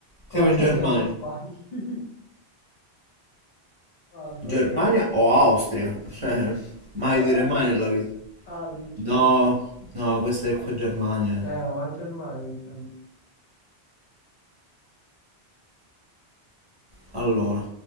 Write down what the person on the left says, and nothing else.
qua
se
me lo sbagli. <laughs> Allora,
eh,
ah, dici,
eh, no, ma è Germania mi sembra.